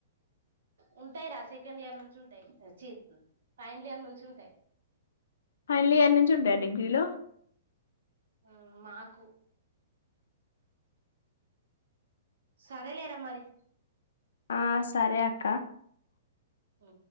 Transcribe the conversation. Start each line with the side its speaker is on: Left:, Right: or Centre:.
Right: ఉంటాయి రా సెకండ్ ఇయర్ నుంచి ఉంటాయి చీ ఫైనల్ ఇయర్ నుంచి ఉంటాయి
Left: ఫైనల్ ఇయర్ నుంచి ఉంటాయా డిగ్రీలో
Right: ఆ మాకు సరేలేరా మరి
Left: ఆ సరే అక్క
Right: ఉ